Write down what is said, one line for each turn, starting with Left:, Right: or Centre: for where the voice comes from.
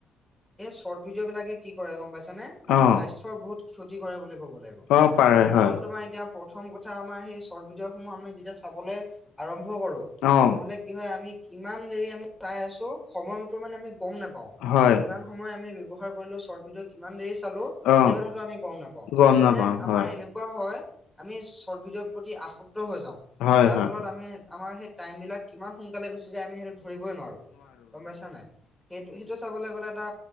Centre: এই চৰ্ট ভিডিঅ' বিলাকে কি কৰে গম পাইছ নে আমাৰ
Left: অ',
Centre: স্বাস্থ্যৰ বহুত ক্ষতি কৰে বুলি ক'ব লাগিব।
Left: অ', পাৰে,
Centre: কাৰণ
Left: হয়,
Centre: তোমাৰ এতিয়া প্ৰথম কথা আমাৰ সেই চৰ্ট ভিদিও। বোৰ আমি যেতিয়া চাবলৈ আৰম্ভ কৰো
Left: অ',
Centre: তেনেহলে কি হয় আমি! কিমান দেৰি আমি চাই আছো সময়মতো মানে আমি! গম নেপাওঁ
Left: হয়,
Centre: কিমান সময় আমি ব্যৱহাৰ কৰিলোঁ চৰ্ট ভিডিঅ' কিমান দেৰি চালোঁ।
Left: অ',
Centre: সেই কথাটো আমি গম নাপাওঁ
Left: গম
Centre: মানে
Left: নাপাওঁ
Centre: আমাৰ
Left: হয়
Centre: এনেকুৱা! এনেকুৱা হয় আমি চৰ্ট ভিডিঅ প্ৰতি আসক্ত হৈ যাওঁ
Left: হয়
Centre: যাৰ
Left: হয়
Centre: ফলত আমি আমাৰ সেই! টাইম বিলাক কিমান সোনকালে গুছি যায় আমি সেইটো ধৰিবই নোৱাৰো গম পাইছা নাই? সেইটো সেইটো চাবলৈ গ'লে এটা